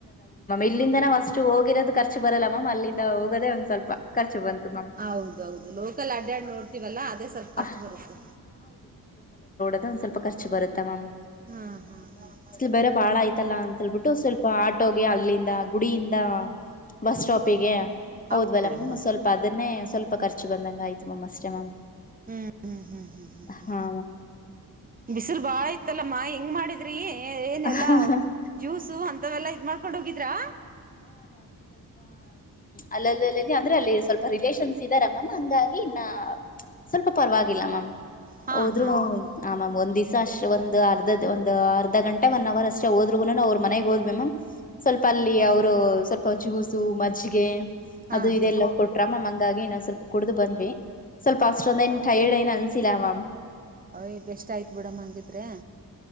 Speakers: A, on the left (about 20°); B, on the right (about 25°).
A: ಇಲ್ಲಿಂದನ ಅಸ್ಟ್ ಹೋಗಿರೋದು ಖರ್ಚು ಬರಲ್ಲ ಮಾಮ್ ಅಲ್ಲಿಂದ ಹೋಗದೇ ಒಂದ್ ಸ್ವಲ್ಪಖರ್ಚು ಬಂತು ಮ್ಯಾಮ್
B: ಹೌದೌದು ಲೋಕಲ್ ಅಡ್ಡ್ಯಾಡ್ ನೋಡ್ತೀವಲ್ಲಾ ಅದೇ ಸ್ವಲ್ಪ ಖರ್ಚ
A: ಹ
B: ಬರುತ್ತೆ
A: ಅಂದ ಸ್ಲ್ಪ ಖರ್ಚ ಬರುತ್ತಾ ಮಾಮ್
B: ಹಾ ಹಾ ಹಾ
A: ಬೇ ಬಾಳಯ್ತಲ್ಲ ಅಂತೇಳ್ಬಿಟ್ಟು ಸ್ವಪ ಆಟೋಗೆ ಅಲ್ಲಿಂದ ಗುಡಿಯಿಂದ ಬಸ್ ಸ್ಟಾಪಿಗೆ
B: ಹೌದು
A: ಹೌದ್ವಲ್ಲ
B: ಮೇಡಮ್ ಹೌದು
A: ಸ್ವಲ್ಪ ಅದನ್ನೇ ಸ್ವಲ್ಪ ಪ ಖರ್ಚು ಬಂದಂಗ ಆಯ್ತು ಮ್ಯಾಮ್ ಅಷ್ಟೇ ಮ್ಯಾಮ್
B: ಹ್ಮ ಹ್ಮ್ ಹ್ಮ ಹ್ಮ ಹ್ಮ
A: ಹಾ
B: ಬಿಸಿಲ್ ಬಾಳ ಇತ್ತಲ್ಲ ಮಾ ಹೆಂಗ್ ಮಾಡಿದ ರೀ ಏ ಏನೆಲ್ಲಾ
A: ಮ್ಯಾಮ್
B: ಜ್ಯೂಸು ಅಂತವೆಲ್ಲಾ ಇದ್ ಮಾಡ್ಕೊಂಡ್ ಹೋಗಿದ್ರಾ
A: ಅಲ್ಲ ಅಂದ್ರೆ ಅಲ್ಲಿ ಸ್ವಲ್ಪ ರಿಲೇಷನ್ಸ್ ಇದ್ದಾರ ಮ್ಯಾಮ್ ಹಂಗಾಗಿ ಇನ್ನ ಸ್ವಲ್ಪ ಪರವಾಗಿಲ್ಲ ಮ್ಯಾಮ್
B: ಹಾ
A: ಹೋದ್ರು
B: ಹಾ
A: ಆಾಮ್ ಒಂದ್ ದಿವ ಷ್ಟ ಒಂದು ಅರ್ಧ ಒಂದು ಅರ್ಧ ಗಂಟೆ ಒನ್ ಅವರ್ ಅಷ್ಟೇ ಹೋದ್ರುಗೂ ಅವ್ರ ಮನೆಗೆ ಹೋದ್ಮ ಮ್ಯಾಮ್ ಸ್ವಲ್ಪ ಅಲ್ಲಿ ಅವರು ಸ್ವಲ್ಪ ಜ್ಯೂಸು ಮಜ್ಜಿಗೆ
B: ಹಾ
A: ಅದು
B: ಹಾ
A: ಇದೆಲ್ಲ
B: ಹಾ
A: ಕೊಟ್ರ ಮ ಮಂಗ ಾಗಿ ನಾ್ ಸ್ವಲ್ಪ ಕುಡಿದು ಬಂದ್ವಿ ಸ್ವಲ್ಪ ಅತ್ರದಂದ ಏ ಟೈರ್ಡ್ ಏನ್ ಸಿಲಾಮಾಮ
B: ಅವಯದು್ ಎಷ್ಟ ಆಯ್ತ್ ಬಿಡಮ್ಮ ಹಂಗಿದ್ರೆ